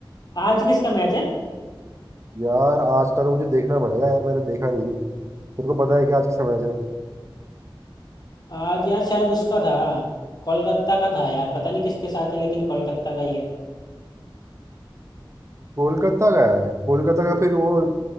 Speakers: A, on the left; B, on the right.
A: आज किसका मैच है
B: यार आज का तो मुझे देखना पड़ेगा यार मैंने देखा नहीं है तेरे को पता है कि आज किसका मैच है
A: आज यार शायद उसका था कोलकाता का था यार पता नहीं किसके साथ है लेकिन कोलकाता का ही है
B: कोलकाता का है कोलकाता का फिर वो